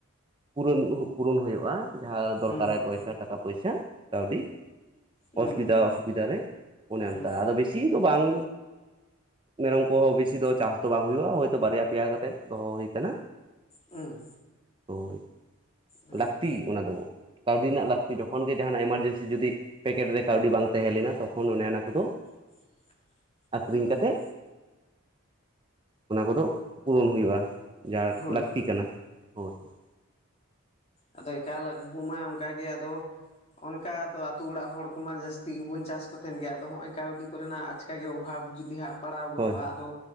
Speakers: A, on the right; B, on the left.
A: ᱯᱩᱨᱟᱹᱱ ᱯᱩᱨᱚᱱ ᱦᱚᱭᱳᱜᱼᱟ᱾ ᱡᱟᱦᱟᱸ ᱫᱚᱨᱠᱟᱨᱟᱭ
B: ᱦᱩᱸ
A: ᱯᱚᱭᱥᱟ ᱴᱟᱠᱟ ᱯᱚᱭᱥᱟ, ᱠᱟᱹᱣᱰᱤ᱾
B: ᱦᱩᱸ
A: ᱚᱥᱩᱵᱤᱫᱟ ᱚᱥᱩᱵᱤᱫᱟ ᱨᱮ, ᱚᱱᱮ
B: ᱦᱩᱸ
A: ᱚᱱᱠᱟ ᱟᱫᱚ ᱵᱮᱥᱤ ᱫᱚ ᱵᱟᱝ ᱢᱮᱨᱚᱢ ᱠᱚᱦᱚᱸ ᱵᱮᱥᱤ ᱫᱚ ᱪᱟᱥ ᱫᱚ ᱵᱟᱝ ᱦᱩᱭᱩᱜᱼᱟ, ᱦᱳᱭᱛᱳ ᱵᱟᱨᱭᱟ ᱯᱮᱭᱟ ᱠᱟᱛᱮᱜ ᱫᱚᱦᱚ ᱦᱩᱭᱠᱟᱱᱟ᱾
B: ᱦᱩᱸ᱾
A: ᱦᱳᱭ,
B: ᱦᱩᱸ
A: ᱞᱟᱹᱠᱛᱤ ᱚᱱᱟ ᱫᱚ᱾ ᱠᱟᱹᱣᱰᱤ ᱨᱮᱱᱟᱜ ᱞᱟᱹᱠᱛᱤ, ᱡᱚᱠᱷᱚᱱ ᱜᱮ ᱡᱟᱦᱟᱱᱟᱜ ᱮᱢᱟᱨᱡᱮᱱᱥᱤ ᱡᱩᱫᱤ᱾ ᱯᱮᱠᱮᱴ ᱨᱮ ᱠᱟᱹᱣᱰᱤ ᱵᱟᱝ ᱛᱟᱦᱮᱸ ᱞᱮᱱᱟ, ᱛᱚᱠᱷᱚᱱ ᱚᱱᱮ ᱚᱱᱟ ᱠᱚᱫᱚ
B: <inaudible>
A: ᱟᱸᱠᱷᱨᱤᱧ
B: ᱦᱩᱸ
A: ᱠᱟᱛᱮᱫ ᱚᱱᱟ ᱠᱚᱫᱚ ᱯᱩᱨᱚᱱ ᱦᱩᱭᱩᱜᱼᱟ, ᱡᱟ
B: ᱦᱳᱭ
A: ᱞᱟᱹᱠᱛᱤ
B: ᱦᱳᱭ
A: ᱠᱟᱱᱟ,
B: ᱦᱳᱭ
A: ᱦᱳᱭ ᱦᱳᱭ᱾
B: ᱟᱫᱚ ᱮᱠᱟᱞ ᱟᱵᱩ ᱢᱟ ᱚᱱᱠᱟᱜᱮ ᱟᱫᱚ ᱚᱱᱠᱟᱫᱚ ᱟᱛᱩ ᱚᱲᱟᱜ ᱦᱚᱲ ᱠᱚᱢᱟ ᱡᱟᱹᱥᱛᱤ ᱜᱮᱵᱚᱱ ᱪᱟᱥ ᱠᱚ ᱛᱟᱦᱮᱸᱱ ᱜᱮᱭᱟ ᱟᱫᱚ ᱦᱚᱸᱜ-ᱚᱭ ᱠᱟᱹᱣᱰᱤ ᱠᱚᱨᱮᱱᱟᱜ ᱟᱪ ᱠᱟᱜᱮ ᱚᱵᱷᱟᱵᱽ ᱡᱩᱫᱤ ᱦᱟᱸᱜ ᱯᱟᱲᱟᱣ ᱜᱚᱫᱚᱜᱼᱟ,
A: ᱦᱳᱭ
B: ᱟᱫᱚ